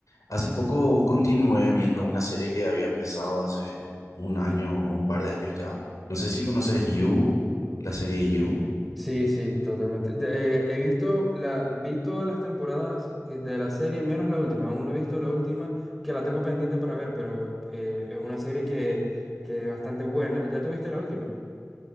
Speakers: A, on the left (about 85°); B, in the centre.
A: Hace poco continué viendo una serie que había empezado hace un año o un par de años ya. No sé si conoces You, la serie You.
B: Sí, sí, totalmente. De- eh, he visto la, vi todas las temporadas eh, de la serie, menos la última. Aún no he visto la última, que la tengo pendiente para ver, pero eh, es una serie que, que es bastante buena. ¿Ya tuviste la última?